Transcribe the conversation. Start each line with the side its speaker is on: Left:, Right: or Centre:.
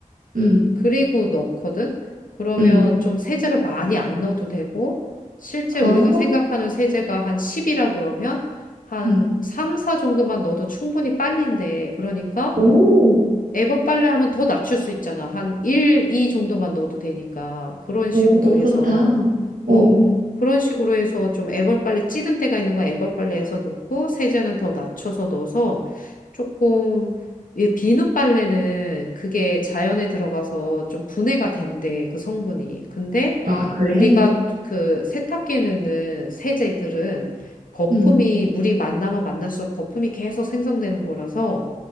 Right: 음.
Left: 그리고 넣거든? 그러면
Right: 음.
Left: 좀 세제를 많이 안 넣어도 되고 실제
Right: 아.
Left: 우리가 생각하는 세제가 한 10이라 그러면 한
Right: 음.
Left: 3, 4 정도만 넣어도 충분히 빨린대. 그러니까
Right: 오.
Left: 에버 빨래 하면 더 낮출 수 있잖아. 한 1, 2 정도만 넣어도 되니까. 그런 식으로
Right: 오, 너무
Left: 해서,
Right: 좋다. 오.
Left: 어, 그런 식으로 해서 좀에벌 빨래 찌든 때가 있는 건에벌 빨래에서 넣고, 세제는 더 낮춰서 넣어서 조금, 이 비누 빨래는 그게 자연에 들어가서 좀 분해가 된대, 그 성분이. 근데
Right: 아, 그래.
Left: 우리가 그 세탁기에 넣는 세제들은 거품이,
Right: 음.
Left: 물이 만나면 만날수록 거품이 계속 생성되는 거라서